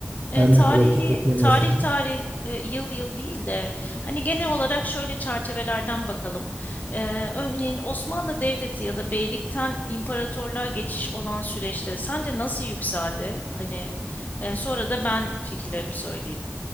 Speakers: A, on the right (about 45°); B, on the left (about 40°).
A: Her
B: E, tarihi
A: ne kadar çok okuyamasam
B: tarih tarih
A: da.
B: e, yıl yıl değil de hani genel olarak şöyle çerçevelerden bakalım. E, örneğin Osmanlı Devleti ya da beylikten imparatorluğa geçiş olan süreçte sence nasıl yükseldi? Hani e, sonra da ben fikirlerimi söyleyeyim.